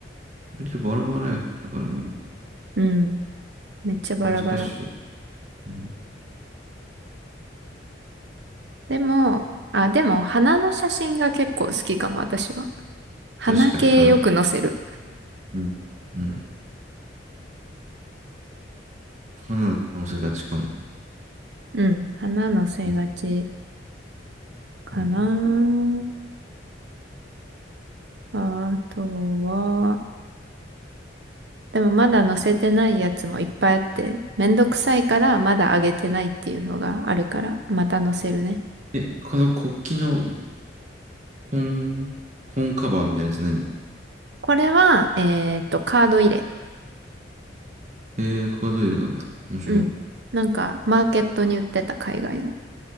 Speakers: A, on the right (about 40°); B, on the right (about 65°).
A: 割とバラバラやからな。
B: うん。めっちゃバラバラ。
A: 難しい。うん、
B: でも、あ、でも、花の写真が結構好きかも、私は。花系よく載せる。
A: 確かにそうだね。うん。うん。花の乗せがちかも。
B: うん、花載せがち
A: うん。
B: かな。
A: うん、
B: あとは、でもまだ載せてないやつもいっぱいあって、めんどくさいからまだ上げてないっていうのがあるから、また載せるね。
A: え、この国旗の本、本カバーみたいなやつ何
B: これは、えっと、カード入れ。
A: えー、カード入れなんだ。面白い。
B: うん。なんか、マーケットに売ってた海外の。